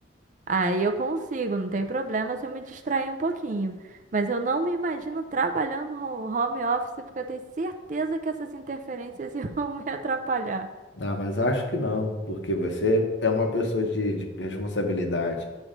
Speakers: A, on the right (about 45°); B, on the left (about 80°).
A: Aí eu consigo, não tem problema se eu me distrair um pouquinho. Mas eu não me imagino trabalhando no home office porque eu tenho certeza que essas interferências <laughs> iam me atrapalhar.
B: Ah, mas acho que não, porque você é uma pessoa de, de responsabilidade.